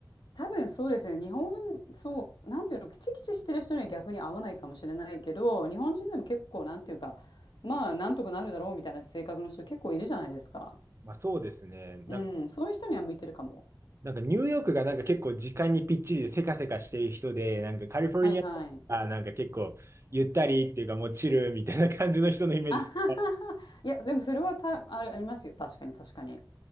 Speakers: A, on the left; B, on the right.
A: 多分そうですね。日本、そう、なんていうの、キチキチしてる人には逆に合わないかもしれないけど、日本人でも結構、なんていうか、まあ、なんとかなるだろうみたいな性格の人結構いるじゃないですか。
B: まあ、そうですね。なんか、
A: うん、そういう人には向いてるかも。
B: なんかニューヨークがなんか結構時間にぴっちりでせかせかしている人で、なんかカリフォルニアとかなんか結構ゆったりっていうかもうチルみたいな感じの人のイメージする。
A: はいはい。<laughs> あははは。いや、でもそれはた、あれ、ありますよ。確かに、確かに。